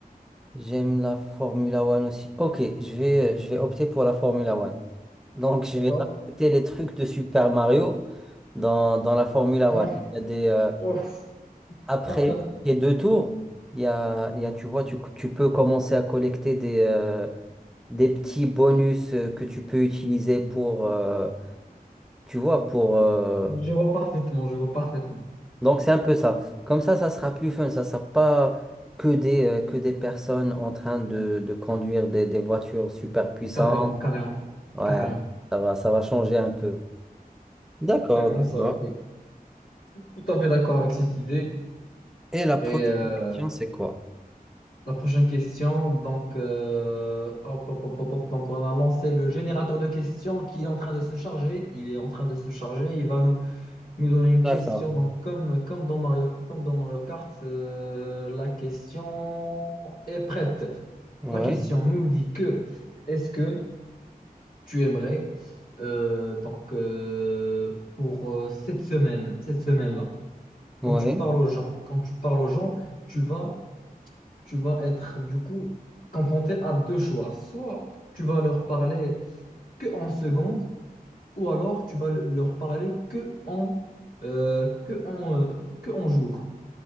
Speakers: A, in the centre; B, on the left (about 65°).
A: J'aime la Formula One aussi. Ok, je vais, euh, je vais opter pour la Formula One. Donc, je
B: D'accord?
A: vais rajouter les trucs de Super Mario dans, dans la Formula
B: Ouais.
A: One. Il y a des, euh,
B: Ouf.
A: après,
B: <laughs>
A: les deux tours, il y a, il y a, tu vois, tu, tu peux commencer à collecter des, euh, des petits bonus euh, que tu peux utiliser pour, euh, tu vois, pour... euh,
B: Je vois parfaitement, je vois parfaitement.
A: Donc, c'est un peu ça. Comme ça, ça sera plus fun. Ça sera pas que des, euh, que des personnes en train de, de conduire des, des voitures super puissantes
B: Carrément, carrément,
A: Ouais,
B: carrément.
A: ça va, ça va changer un peu. D'accord,
B: Carrément, ça,
A: d'accord.
B: oui. Tout à fait d'accord avec cette idée.
A: Et la prochaine
B: Et euh,
A: question, c'est quoi?
B: la prochaine question, donc, euh, hop, hop, hop, hop, hop. donc on a lancé le générateur de questions qui est en train de se charger. Il est en train de se charger. Il va nous, nous donner une
A: D'accord.
B: question. Donc, comme, comme dans Mario, comme dans Mario Kart, euh, la question est prête.
A: Ouais,
B: La question nous dit que est-ce que tu aimerais. Euh, donc, euh, pour euh, cette semaine, cette semaine-là, quand
A: ouais.
B: tu parles aux gens, quand tu parles aux gens, tu vas, tu vas être du coup confronté à deux choix. Soit tu vas leur parler que en seconde, ou alors tu vas leur parler que en, euh, que en, euh, que en jour.